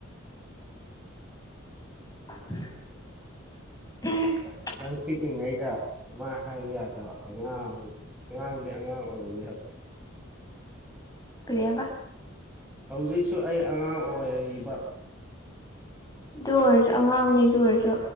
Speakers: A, on the left; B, in the centre.
A: <inaudible>
B: ꯅꯪ ꯄꯤꯛꯏꯉꯩꯗ ꯑꯗꯨꯃꯥꯏ ꯍꯥꯏꯌꯨ ꯌꯥꯗ꯭ꯔꯣ ꯑꯉꯥꯡ ꯑꯉꯥꯡꯗꯤ ꯑꯉꯥꯡ ꯑꯣꯏꯔꯤꯌꯦ ꯍꯧꯖꯤ
A: ꯀꯔꯤ ꯍꯥꯕ
B: ꯍꯧꯖꯤꯛꯁꯨ ꯑꯩ ꯑꯉꯥꯡ ꯑꯣꯏꯔꯤꯕ
A: ꯗꯨ ꯑꯣꯏꯔꯁꯨ ꯑꯉꯥꯡꯅꯤ ꯑꯗꯨ ꯑꯣꯏꯔꯁꯨ